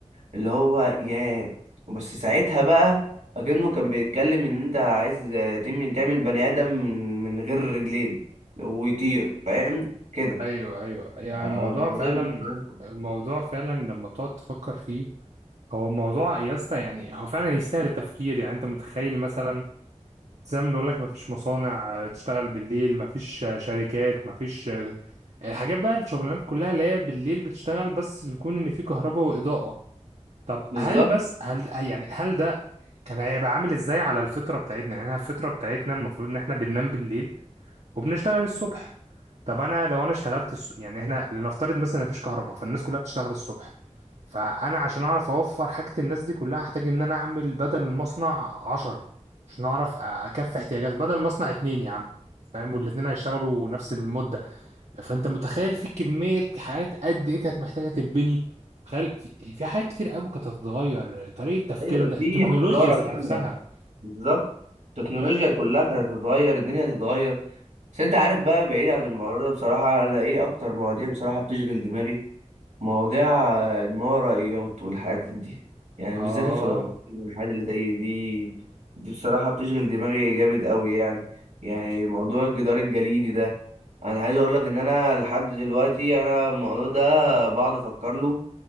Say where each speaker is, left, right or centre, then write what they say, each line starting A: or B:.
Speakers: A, on the right (about 85°); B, on the right (about 65°).
A: اللي هو يا بس ساعتها بقى اكنه كان بيتكلم ان انت عايز تم- تعمل بني ادم من من غير رجلين ويطير فاهم كده
B: ايوه ايوه يعني
A: آه،
B: الموضوع
A: المواضيع
B: فعلا
A: دي بصراحة.
B: الموضوع فعلا لما تقعد تفكر فيه هو الموضوع يا اسطى يعني هو فعلا يستاهل التفكير يعني انت متخيل مثلا زي ما بنقول لك مفيش مصانع تشتغل بالليل مفيش شركات مفيش الحاجات بقى الشغلانات كلها اللي هي بالليل بتشتغل بس يكون ان في كهرباء واضاءة طب
A: بالظبط
B: هل بس هل يعني هل ده كان هيبقى عامل ازاي على الفطرة بتاعتنا يعني إحنا الفطرة بتاعتنا المفروض ان احنا بننام بالليل وبنشتغل الصبح طب انا لو انا اشتغلت الص... يعني احنا لنفترض مثلا مفيش كهرباء فالناس كلها بتشتغل الصبح فانا عشان اعرف اوفر حاجة الناس دي كلها هحتاج ان انا اعمل بدل المصنع عشرة عشان اعرف اكفي احتياجات بدل المصنع اتنين يا عم فاهم والاتنين هيشتغلوا نفس المدة فانت متخيل في كمية حاجات قد ايه كانت محتاجة تتبني تخيل في في حاجات كتير قوي كانت هتتغير طريقة تفكيرنا
A: ايوه في
B: التكنولوجيا
A: حضاره
B: ذات
A: كامله
B: نفسها
A: بالظبط التكنولوجيا كلها كانت هتتغير الدنيا هتتغير بس انت عارف بقى بعيد عن الموضوع ده بصراحه انا ايه اكتر مواضيع بصراحه بتشغل دماغي مواضيع الماورائيات والحاجات دي يعني
B: اه
A: وبالذات الفضائيات والحاجات اللي زي دي دي بصراحة بتشغل دماغي جامد قوي يعني يعني موضوع الجدار الجليدي ده انا عايز اقول لك ان انا لحد دلوقتي انا الموضوع ده بقعد افكر له